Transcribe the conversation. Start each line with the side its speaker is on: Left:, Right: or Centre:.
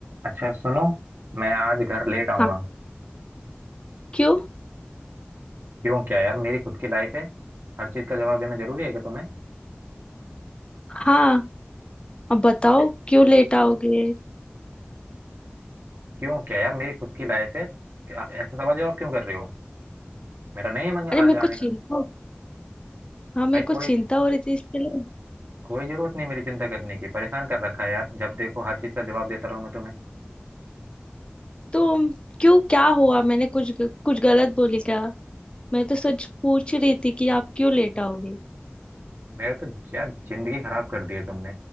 Right: अच्छा सुनो मैं आज घर लेट आऊंगा
Left: हाँ क्यों
Right: क्यों क्या यार मेरी खुद की लाइफ है हर चीज का जवाब देना जरूरी है क्या तुम्हें
Left: हाँ अब बताओ
Right: क्या-
Left: क्यों लेट आओगे
Right: क्यों क्या यार मेरी खुद की लाइफ है क्या ऐसा सवाल जवाब क्यों कर रहे हो मेरा नहीं है मन
Left: अरे मेरे
Right: आज
Left: को
Right: आने का
Left: चिंता हाँ मेरे
Right: भाई कोई
Left: को चिंता हो रही थी इसके लिए
Right: कोई जरूरत नहीं मेरी चिंता करने की परेशान कर रखा है यार जब देखो हर चीज का जवाब देता रहो मैं तुम्हें
Left: तो क्यों क्या हुआ मैंने कुछ ग- कुछ गलत बोली क्या मैं तो सच पूछ रही थी कि आप क्यों लेट आओगे
Right: मेरे तो यार जिंदगी खराब कर दी है तुमने